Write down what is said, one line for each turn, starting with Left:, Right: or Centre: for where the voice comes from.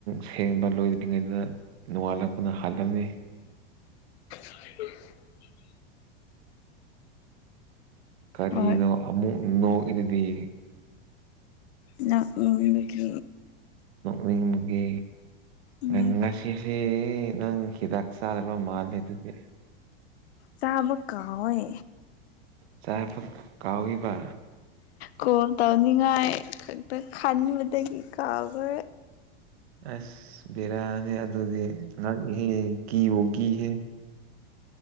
Right: ꯁꯦꯡꯕ ꯂꯣꯏꯗ꯭ꯔꯤꯉꯩꯗ ꯅꯣꯡꯉꯥꯜꯂꯛꯄꯅ ꯍꯥꯜꯂꯝꯅꯤ
Left: ꯍꯥꯏ
Right: ꯀꯔꯤꯅꯣ
Left: ꯍꯣꯏ
Right: ꯑꯃꯨ ꯏꯣ ꯏꯔꯗꯤ
Left: ꯎꯗꯒꯤ
Right: ꯃꯤꯒꯤ
Left: ꯎꯝ
Right: ꯅꯪ ꯉꯁꯤ ꯍꯦ ꯅꯪ ꯍꯤꯗꯛꯁ ꯑ꯭ꯔ ꯃꯥꯜ ꯑꯗꯨꯗꯦ
Left: ꯇꯥꯕꯀ ꯍꯣꯏ
Right: ꯆꯦ ꯐ ꯀꯥꯎꯒꯤ ꯄ
Left: ꯀꯣꯜ ꯇꯕꯅꯤ ꯉꯥꯏꯗ ꯈꯅꯤ ꯃꯠꯇꯒꯤ ꯈꯥꯎꯒꯦ
Right: ꯑꯁ ꯕꯦꯔꯥꯅꯦ ꯑꯗꯨꯗꯤ ꯉꯍꯦ ꯀꯤꯕꯣ ꯀꯤꯍꯦ